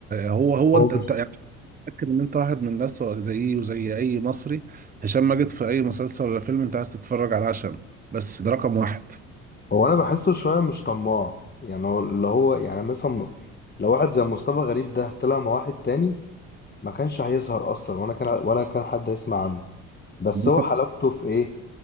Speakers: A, on the right; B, on the left.
A: هو هو
B: هو
A: انت
B: مش
A: انت يعني متأكد ان انت واحد من الناس هو زيي وزي اي مصري هشام ماجد في اي مسلسل ولا فيلم انت عايز تتفرج على عشان بس ده رقم واحد
B: هو انا بحسه شوية مش طماع يعني هو اللي هو يعني مثلا لو واحد زي مصطفى غريب ده طلع مع واحد تاني ما كانش هيظهر اصلا وانا كان ولا كان حد هيسمع عنه بس
A: انت
B: هو حلاوته في ايه